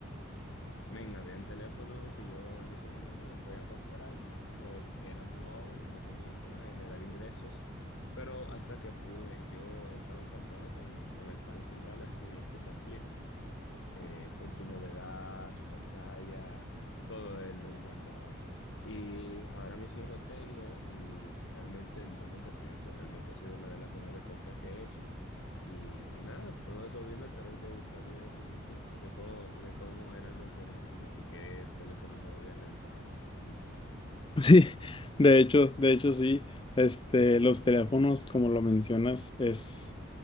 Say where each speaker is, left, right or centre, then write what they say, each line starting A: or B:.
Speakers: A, on the left; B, on the left.
A: Men, habían teléfonos que yo en ese momento no podía comprar porque era muy joven, no tenía forma de generar ingresos, pero hasta que pude, yo estaba encantado con, con el Samsung Galaxy, el Z Flip, eh, por su novedad, su pantalla, todo él me encantaba. Y ahora mismo lo tengo y realmente no me arrepiento, realmente ha sido una de las mejores compras que he hecho. Y, y nada, todo eso vino a través de buscar videos en YouTube de cómo, de cómo eran los teléfonos y qué teléfono uno había lanzado. <laughs>
B: <laughs> Sí, de hecho, de hecho sí, este, los teléfonos, como lo mencionas, es,